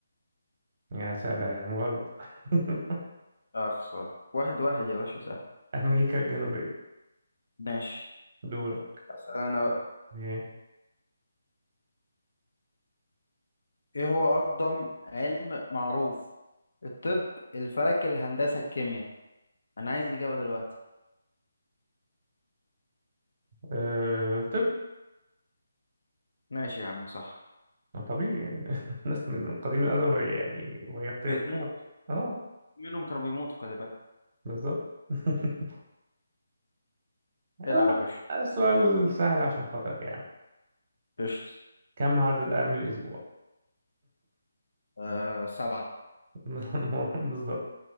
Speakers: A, on the right; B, on the left.
A: يا سلام غلط <laughs>
B: اه خسارة واحد واحد يا باشا سهل
A: امريكا الجنوبية
B: ماشي
A: دورك
B: أسأل أنا بقى
A: ماشي
B: ايه هو اقدم علم معروف الطب الفلك الهندسة الكيمياء انا عايز اجابة دلوقتي
A: أه... الطب
B: ماشي يا عم صح
A: طبيعي يعني <laughs> الناس من قديم الأزل وهي يعني وهي بت- بتكبر
B: بتموت
A: اه
B: منهم كانوا بيموتوا خلي بالك
A: بالظبط <laughs> أقول
B: العب
A: لك
B: يا باشا
A: السؤال سهل عشان خاطرك يا عم
B: قشطة
A: كم عدد أيام الأسبوع؟
B: آه سبعة
A: <laughs> بالظبط